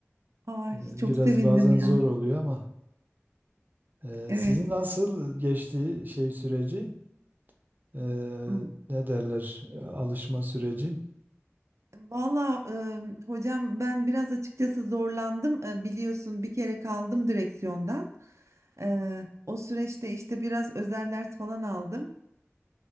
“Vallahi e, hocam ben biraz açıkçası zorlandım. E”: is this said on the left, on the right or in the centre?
Right